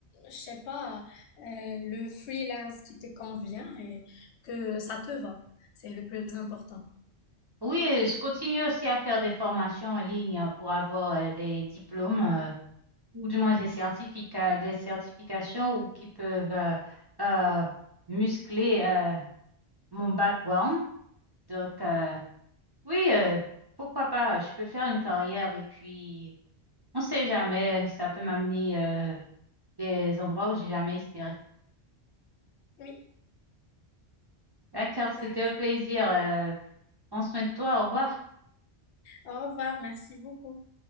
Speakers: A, on the left; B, on the right.
A: je sais pas, euh, le freelance qui te convient et que ça te va. C'est le plus important.
B: Oui, euh, je continue aussi à faire des formations en ligne euh, pour avoir euh, des diplômes euh, ou du moins des certificats, des certifications ou qui peuvent euh, euh, muscler euh, mon background. Donc, euh, oui, euh, pourquoi pas, je peux faire une carrière et puis on sait jamais, ça peut m'amener euh, des endroits où j'ai jamais espéré.
A: Oui.
B: D'accord,
A: Bah,
B: c'était un plaisir. Euh, prends soin de toi, au revoir.
A: au revoir. Merci beaucoup.